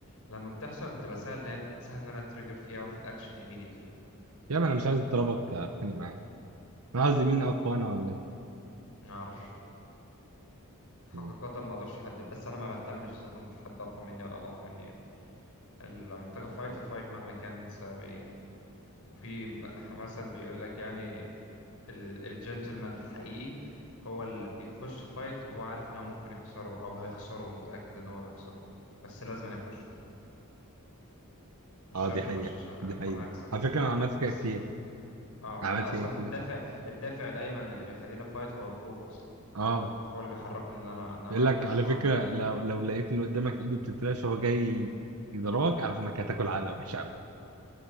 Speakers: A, on the left; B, on the right.
A: لما بتحصل بتبقى سهل ان أنا- سهل ان انا اتريجر فيها واخد اكشن immediately
B: يا ما انا مش عايز اضربك اتخانق معاك انا قصدي مين اقوى انا ولا انت
A: ما اعرفش حقيقة
B: مم.
A: ما اقدرش احدد بس انا ما بهتمش اذا كنت حد اقوى مني ولا اضعف مني يعني اللي محتاج افايت افايت مهما كان السبب ايه يعني. وفي م- مثل بيقول لك يعني ال- الجنتلمان الحقيقي هو اللي بيخش فايت وهو عارف ان هو ممكن يخسره او هيخسره ومتأكد ان هو هيخسره بس لازم يخش مش
B: اه
A: شرط
B: دي حقيقة
A: اخش عشان اكون
B: دي حقيقة
A: هكسب
B: على فكرة انا عملت كده
A: بس
B: كتير
A: اه
B: عملت
A: انا اصلا
B: كده كتير
A: الدافع الدافع دايما اللي بيخليني فايت هو الخوف اصلا
B: اه
A: الخوف هو اللي بيحركني ان انا ان انا
B: يقول لك
A: اخش
B: على
A: واعمل
B: فكرة
A: حاجة
B: لو لو لقيت اللي قدامك ايده بتترعش وهو جاي يضربك اعرف انك هتاكل علقة وحشة قوي